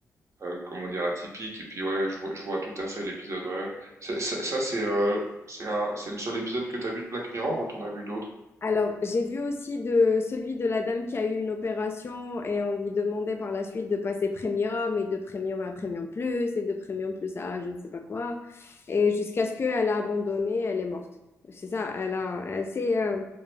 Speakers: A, on the right (about 50°); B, on the left (about 40°).
A: euh, comment dire, atypique et puis ouais, je, vois- je vois tout à fait l'épisode. Ouais, ouais. C'est- c'est- ça, c'est, euh, c'est un- c'est le seul épisode que t'as vu de Black Mirror ou t'en as vu d'autres?
B: Alors, j'ai vu aussi de celui de la dame qui a eu une opération et on lui demandait par la suite de passer premium et de premium à premium plus et de premium plus à je ne sais pas quoi et jusqu'à ce qu'elle a abandonné, elle est morte. C'est ça, elle a, elle s'est, euh,